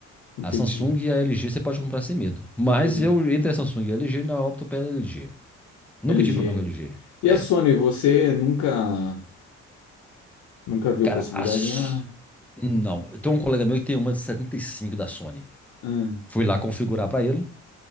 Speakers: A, on the left; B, in the centre.
A: entendi.
B: A Samsung e a LG você pode comprar sem medo. Mas
A: E ele,
B: eu, entre a Samsung e a LG, ainda opto pela LG. Nunca
A: LG.
B: tive problema com a LG.
A: E
B: É.
A: a Sony, você nunca, nunca viu
B: Cara,
A: a possibilidade,
B: a... S-
A: né?
B: Não. Tem um colega meu que tem uma de 75 da Sony.
A: Ah,
B: Fui lá configurar pra ele